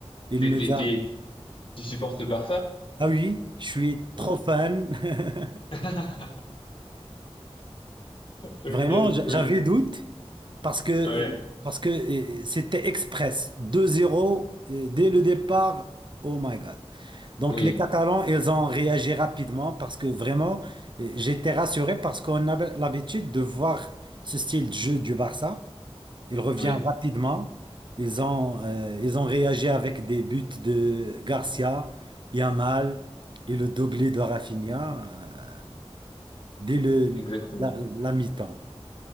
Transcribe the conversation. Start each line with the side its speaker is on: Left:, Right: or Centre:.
Right: Il
Left: T'es,
Right: nous
Left: t'es,
Right: a.
Left: t'es- tu supportes le Barça?
Right: Ah oui, je suis trop
Left: Ok.
Right: fan. <laughs>
Left: <laughs> Ok,
Right: Vraiment, j-
Left: cool.
Right: j'avais doute parce que,
Left: Ouais,
Right: parce que euh, c'était express. 2-0 euh, dès le départ. Oh my God. Donc
Left: oui,
Right: les Catalans, ils ont réagi rapidement parce que vraiment, euh, j'étais rassuré parce qu'on a l'habitude de voir ce style de jeu du Barça. Il revient
Left: oui,
Right: rapidement. Ils ont, euh, ils ont réagi avec des buts de Garcia, Yamal et le doublé de Rafinha euh, dès le,
Left: exactement.
Right: la, la mi-temps.